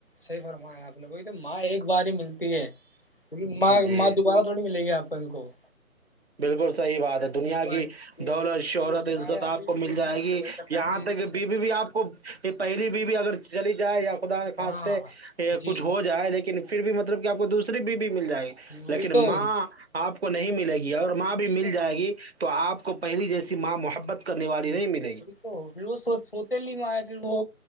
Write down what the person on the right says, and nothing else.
جی
بالکل صحیح بات
ہے دنیا
کی
دولت
شہرت
عزت
آپ کو مل
جائے
گی
یہاں
تک
کہ بیوی
بھی آپ کو یہ پہلی بھی بھی اگر چلی جائے یا خداخواستہ
کچھ ہو جائے لیکن پھر بھی مطلب کہ آپ کو دوسری بیوی مل جائے گی
لیکن
ماں
آپ کو نہیں ملے گی اور ماں بھی مل
جائے گی تو آپ کو پہلی جیسی ماں محبت کرنے والی نہیں ملتی